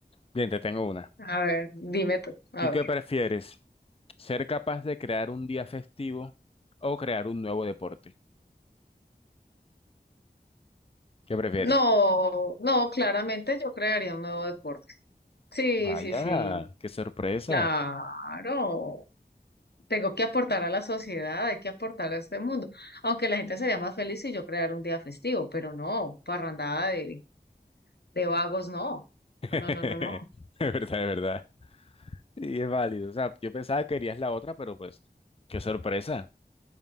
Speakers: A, on the left; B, on the left.
A: Bien, te tengo una.
B: A ver, dime tú, a
A: ¿Tú qué
B: ver.
A: prefieres? ¿Ser capaz de crear un día festivo o crear un nuevo deporte? ¿Qué prefieres?
B: No, no, claramente yo crearía un nuevo deporte. Sí,
A: Vaya,
B: sí, sí,
A: qué sorpresa.
B: claro. Tengo que aportar a la sociedad, hay que aportar a este mundo. Aunque la gente sería más feliz si yo creara un día festivo, pero no, parrandada de, de vagos, no.
A: <laughs>
B: No, no, no, no, no.
A: De verdad, de verdad. Y es válido. O sea, yo pensaba que querías la otra, pero pues, qué sorpresa.